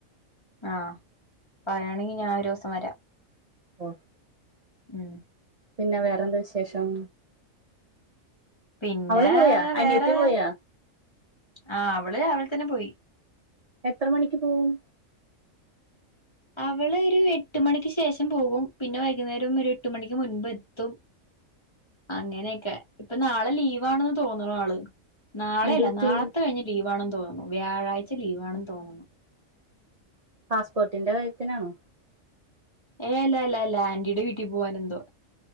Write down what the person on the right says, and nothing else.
ഓഹ്
പിന്നെ വേറെന്ത വിശേഷം
അവള് പോയാ
അനിയത്തി പോയാ
എത്ര മണിക്ക് പോവും
എന്ത് പറ്റി
പാസ്പോർട്ടിന്റെ കാര്യത്തിനാണോ